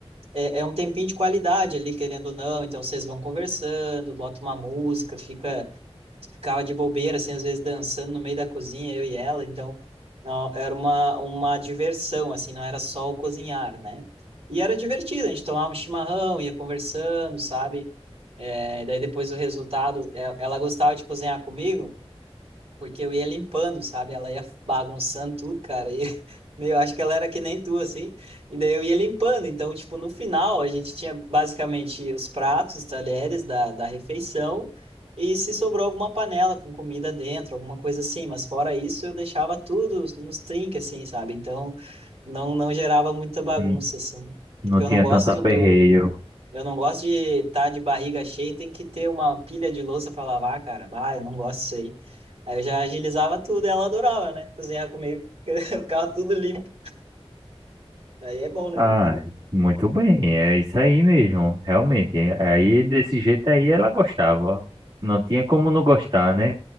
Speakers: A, on the right; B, on the right.
A: é, é um tempinho de qualidade ali, querendo ou não. Então vocês vão conversando, bota uma música, fica, ficava de bobeira, assim, às vezes dançando no meio da cozinha, eu e ela. Então não, era uma, uma diversão, assim, não era só o cozinhar, né? E era divertido, a gente tomava um chimarrão, ia conversando, sabe? É, daí depois o resultado, é, ela gostava de cozinhar comigo. Porque eu ia limpando, sabe? Ela ia bagunçando tudo, cara. E <laughs> meu, acho que ela era que nem tu, assim. E daí eu ia limpando. Então, tipo, no final, a gente tinha basicamente os pratos, os talheres da, da refeição. E se sobrou alguma panela com comida dentro, alguma coisa assim. Mas fora isso, eu deixava tudo nos trinques, assim, sabe? Então, não, não gerava muita bagunça,
B: n-
A: assim. Porque
B: não
A: eu
B: tinha
A: não gosto
B: tanto aperreio.
A: do. Eu não gosto de estar de barriga cheia e tem que ter uma pilha de louça para lavar, cara. Ah, eu não gosto disso aí. Aí eu já agilizava tudo, ela adorava, né? Cozinhar comigo, <laughs> ficava tudo limpo. Aí é bom, né?
B: Ah, muito bem, é isso aí mesmo, realmente. Aí desse jeito aí ela gostava. Não tinha como não gostar, né?